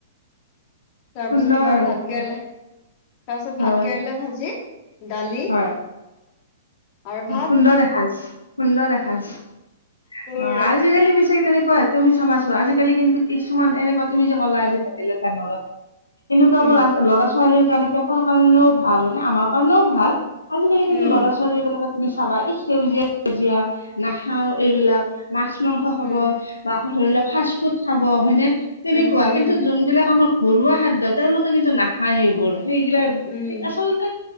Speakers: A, on the left; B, on the left.
A: তাৰ
B: সুন্দৰ
A: পাছত তোমাৰ ভাত কেৰেলা,
B: হয়
A: তাৰপিছত ভাত
B: হয়
A: কেৰেলা ভাজি- দালি-
B: হয়
A: আৰু ভাত
B: অ সুন্দৰ দেখা হৈছে সুন্দৰ দেখা হৈছে,
A: পুৰা
B: অ আজি কালি বেছি তেনেকুৱা হৈছে - তুমি চাবাছো আজিকালি কিন্তু কিছুমান এনেকুৱা তুমি যে কলা আজি ভেদাই লতা নৰসিংহ - এনেকুৱা
A: উম
B: বোৰ ল'ৰা ছোৱালীৰ কাৰণে পেতৰ কাৰণেও ভাল হয়নে আমাৰ কাৰণেও ভাল- আজিকালি কিন্তু
A: উম
B: ল'ৰা ছোৱালী বিলাক- নাখাবা এই সেউজীয়া সেউজীয়া নাখাও এইবিলাক মাছ মাংস খাব-
A: উম
B: বা ধৰি লোৱা ফাষ্ট ফুড খাব হয়নে তেনেকুৱা
A: উম উম
B: কিন্তু যোনবিলাক আমাৰ- ঘৰুৱা খাদ্য তেওঁলোকে কিন্তু নাখায় সেইবোৰ সেইগিলাক
A: উম
B: স আচলতে-